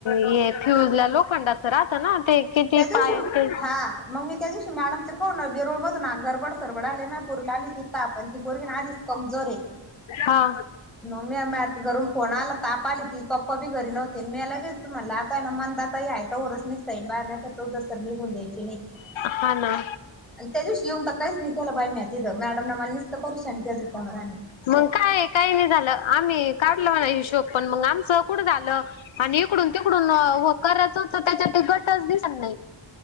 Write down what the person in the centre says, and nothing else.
त्या दिवशी,
हा मग मी त्या दिवशी मॅडमच को ना वेरुळ <unintelligible> मधून ना घरबड सरवडाले पोरीला आली होती ताप अन ती पोरवी आधीच कमजोर आहे.
मग मी म आता घरून फोन आला ताप आली ती पप्पा बी घरी नव्हते मी लगेच म्हटलं आता ना मंदातई आहे. तवरच निघता येई बाहेर नाही तर तो जाऊस तर निघून द्यायचे नाही.
आणि त्या दिवशी येऊन तर काहीच नाही केलं बाई म्या तिथं मॅडम न मला नीसत परेशान केलं रिकाम्या राणी.